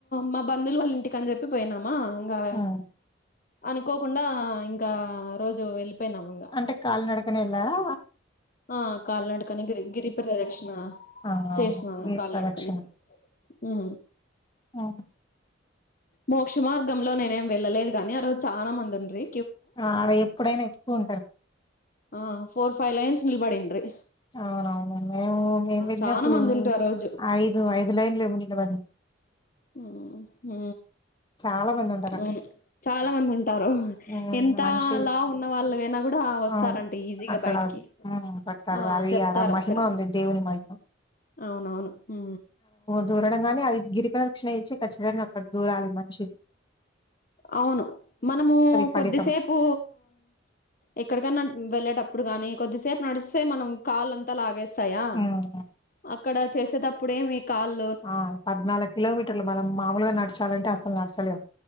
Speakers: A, on the left; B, on the left.
A: మా బంధువులు వాళ్ళ ఇంటికి అని చెప్పి పోయినామా ఇంగా
B: హ్మ్.
A: అనుకోకుండా ఇంకా ఆ రోజు వెళ్ళిపోయినాము <inaudible>
B: అంటే కాలినడకనే ఎళ్ళారా
A: ఆ కల్నాడకన గిరి గిరిప్రదక్షిణ
B: ఆ!
A: చేసినాను
B: అవును. గిరి
A: కాలినడకనే
B: ప్రదక్షిణ
A: ఉ
B: ఆహ
A: మోక్ష మార్గంలో నేనేమ్ వెళ్ళలేదు గాని ఆ రోజు చాలా మందుండ్రి
B: ఆ ఆడ ఎప్పుడైనా ఎక్కువుంటారు
A: ఆ ఫోర్ ఫైవ్ లైన్స్ నిల్బదిండ్రీ
B: అవునవును మేము మేము వెళ్ళినప్పుడు
A: చానా మంది ఉంట్రి ఆ రోజు
B: ఐదు ఐదు లైన్ లేము నిలబడిడి
A: ఊ హూ
B: చాలా మందుం
A: అవును చాలా మందంటారు
B: హ్మ్.
A: ఎంత
B: మనిషి
A: లాఉన్న వాళ్ళ కైనా కూడా వస్తారం
B: అవును
A: ఈజీగా
B: అక్కడ
A: బయటికి
B: హ్మ్ పడతారు.
A: ఆ
B: అది
A: చెప్తార
B: ఆడ మహిమ
A: అక్కడ
B: ఉంది దేవుని మహిమ.
A: అవునవును హూ
B: దూరడం గాని అది గిరిప్రదక్షిణ అయితే ఖచ్చితంగా అక్కడ దూరాలి మంచిది
A: అవును మనము
B: ఫలితం.
A: కొద్దిసేపు ఎక్కడికన్నా వెళ్ళేటప్పుడు గాని కొద్దిసేపు నడిస్తే మనం కాళ్ళంతా లాగేస్తాయా
B: హ్మ్.
A: అక్కడ చేసేటప్పుడేమీ కాళ్
B: ఆ పద్నాలుగు కిలోమీటర్లు మనం మామూలుగా నడచాలంటే అసలు నడచలేం